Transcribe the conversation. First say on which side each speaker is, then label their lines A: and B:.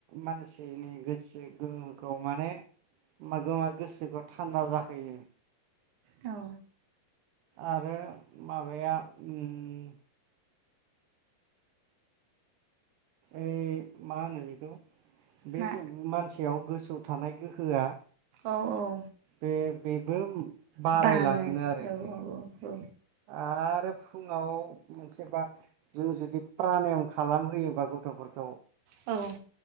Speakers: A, on the right; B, on the right.
A: मानसिनि गोसो गोहोखौ माने <inaudible> गोसोखौ थान्दा जाहोयो
B: औ
A: आरो माबाया ओम ए मा होनो बेखौ बेयो
B: मा
A: मानस याव गोसौ थानाय गोहोआ
B: औ औ
A: बे-बेबो बारायलाङोनो
B: बाङो
A: आरोखि
B: औ औ
A: आरो फुङाव मोनसे बा जों जुदि प्रानायम खालामहोयोबा गथ'फोरखौ
B: औ